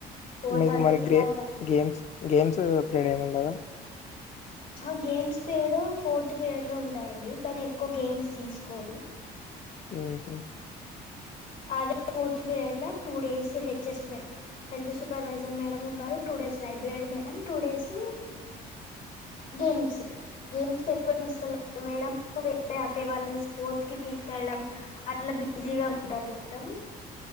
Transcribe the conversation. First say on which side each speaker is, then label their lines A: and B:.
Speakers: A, on the left; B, on the left.
A: ఫోర్
B: మీకు
A: థర్టీ
B: మరి గేమ్
A: తర్వాత
B: గేమ్స్ గేమ్స్ ప్రీడ్ ఏమి ఉండదు ఆ
A: ఆ గేమ్స్ పీరియడ్ ఫోర్త్ పీరియడ్ లో ఉంటాయండి కానీ ఎక్కువ గేమ్స్ తీసుకోరు
B: ఆహ
A: అదే ఫోర్త్ పీరియడ్ లో టూ డేస్ హెచ్ఎస్ మే హెల్త్ సూపర్వైజర్ మేడం ఉంటారు two days library madam two days games games కి ఎక్కువ తీసుకెళ్లి మేడం వాళ్ళని స్పోర్ట్స్ కి తీసుకెళ్ళడం అట్లా బిజీగా ఉంటర్ మొత్తం